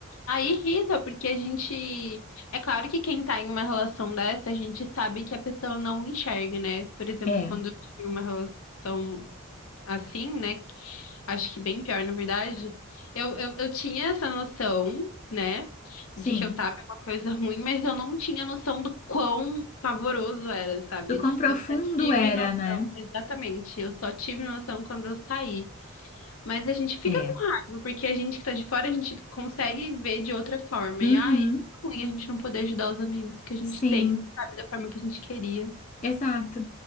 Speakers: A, on the left; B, on the left.
A: Aí irrita, porque a gente. É claro que quem tá em uma relação dessa, a gente sabe que a pessoa não enxerga, né? Por exemplo,
B: É,
A: quando eu tive uma relação assim, né? Acho que bem pior, na verdade. Eu, eu, eu tinha essa noção, né,
B: sim.
A: de que eu tava em uma coisa ruim, mas eu não tinha noção do quão pavoroso era, sabe?
B: Do quão profundo
A: Eu só tive
B: era,
A: noção,
B: né?
A: exatamente. Eu só tive noção quando eu saí. Mas a gente fica
B: É.
A: com raiva, porque a gente que tá de fora, a gente consegue ver de outra forma.
B: Uhum,
A: E ai, é ruim a gente não poder ajudar os amigos que a gente
B: sim.
A: tem, sabe, da forma que a gente queria.
B: Exato.